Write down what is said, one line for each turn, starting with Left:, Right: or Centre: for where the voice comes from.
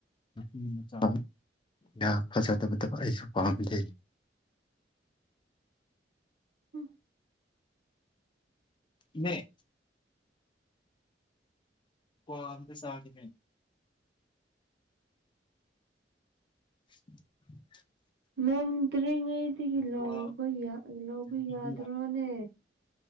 Left: ꯅꯨꯄꯤ ꯃꯆꯥ ꯌꯥꯝ ꯐꯖꯗꯕꯥꯗ ꯑꯩꯁꯨ ꯄꯥꯝꯗꯦ
Right: <unintelligible>
Left: ꯏꯅꯦ ꯀ꯭ꯋꯥ ꯑꯝꯇ ꯆꯥꯒꯦꯅꯦ <unintelligible>
Right: ꯉꯝꯗ꯭ꯔꯤꯉꯩꯗꯒꯤ ꯂꯧꯕ
Left: ꯀ꯭ꯋꯥ
Right: ꯌꯥ ꯂꯧꯕ
Left: ꯄꯤꯕ
Right: ꯌꯥꯗ꯭ꯔꯣꯅꯦ